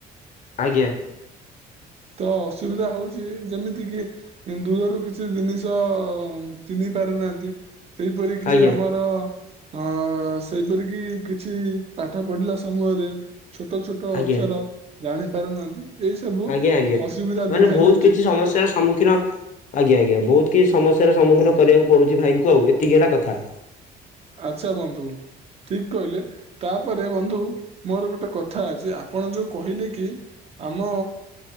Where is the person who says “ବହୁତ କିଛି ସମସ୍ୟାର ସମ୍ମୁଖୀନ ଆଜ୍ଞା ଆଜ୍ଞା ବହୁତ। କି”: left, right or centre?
Left